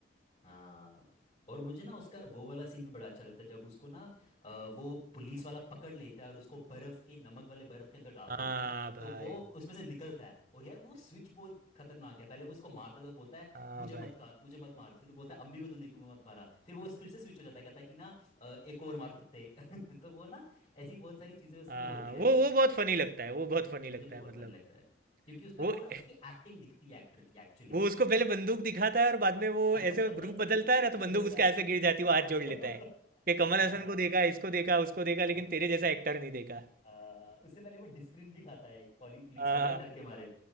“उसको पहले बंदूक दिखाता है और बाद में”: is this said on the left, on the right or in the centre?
Right